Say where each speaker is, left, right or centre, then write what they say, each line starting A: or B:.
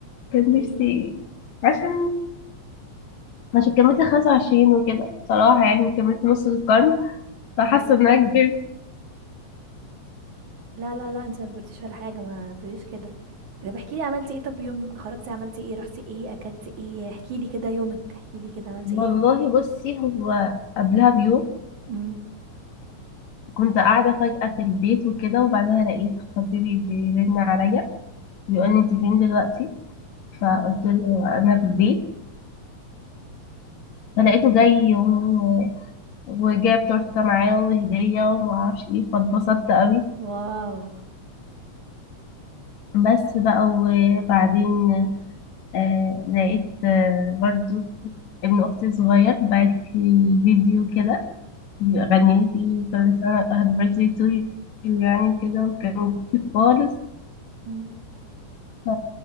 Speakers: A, on the left (about 70°); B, on the right (about 80°).
A: كان
B: ليه
A: نفسي عشان عشان كملت 25 وكده بصراحه يعني كملت نص القرن فحاسه
B: اه
A: ان انا كبرت
B: لا لا لا انت ما كبرتيش ولا حاجه ما تقوليش كده طب احكي لي عملتي ايه طب يوم خرجتي عملتي ايه رحتي ايه اكلتي ايه احكي لي كده يومك احكي لي كده عملتي
A: والله
B: ايه
A: بصي هو قبلها بيوم
B: امم
A: كنت قاعده فجاه في البيت وكده وبعدها لقيت خطيبي بيرن عليا بيقول
B: اوكي
A: لي انت فين دلوقتي فقلت
B: اه
A: له انا في البيت فلقيته جاي و... وجاب تورته معاه وهديه ومعرفش ايه فاتبسطت قوي
B: واو
A: بس بقى وبعدين آه لقيت آه برضو ابن أختي الصغير بعت لي فيديو كده غني
B: اوكي
A: لي فيه كل سنة هابي بيرثدي تو يو يعني كده وكان كيوت خالص
B: امم
A: ف-